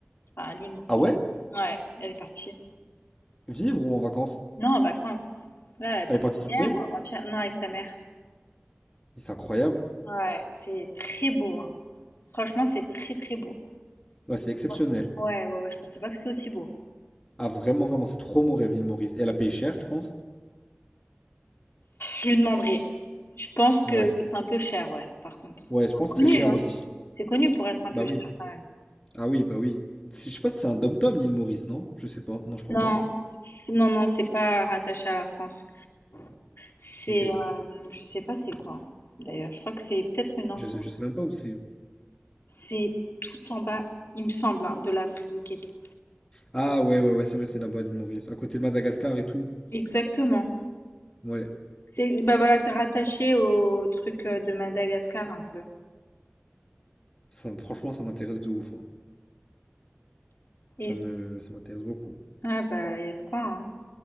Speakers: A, on the left; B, on the left.
A: Enfin, à l'île Maurice.
B: Ah ouais?
A: Ouais, elle est partie.
B: Vivre ou en vacances?
A: Non, en vacances. Là, elle est
B: Elle
A: partie
B: est partie toute
A: hier
B: seule?
A: ou avant-hier. Non, avec sa mère.
B: Mais c'est incroyable.
A: Ouais, c'est très beau, hein. Franchement, c'est très, très beau.
B: Ouais, c'est exceptionnel.
A: Oh. Ouais, ouais, ouais, je pensais pas que c'était aussi beau.
B: Ah, vraiment, vraiment, c'est trop mon rêve, l'île Maurice. Et elle a payé cher, tu penses?
A: Je lui demanderai. Je pense que
B: Ouais.
A: c'est un peu cher, ouais, par contre.
B: Ouais, je pense
A: C'est connu,
B: que c'est cher
A: hein.
B: aussi.
A: C'est connu pour être un peu
B: Bah oui.
A: cher quand même.
B: Ah oui, bah oui. C'est- Je sais pas si c'est un dom-tom, l'île Maurice, non? Je sais pas. Non, je crois
A: Non,
B: pas.
A: non, non, c'est pas rattaché à la France. C'est,
B: Ok.
A: euh, je sais pas c'est quoi. hein. D'ailleurs, je crois que c'est peut-être une ancienne.
B: Je, je sais même pas où c'est.
A: C'est tout en bas, il me semble, hein, de l'Afrique et tout.
B: Ah ouais, ouais, ouais, c'est vrai, c'est là-bas, l'île Maurice. À côté de Madagascar et tout.
A: Exactement.
B: Ouais.
A: C'est bah voilà, c'est rattaché au truc euh, de Madagascar un peu.
B: Ça, me- franchement, ça m'intéresse de ouf. hein. Ça
A: Et
B: me, ça m'intéresse beaucoup.
A: ouais, bah il y a de quoi, hein.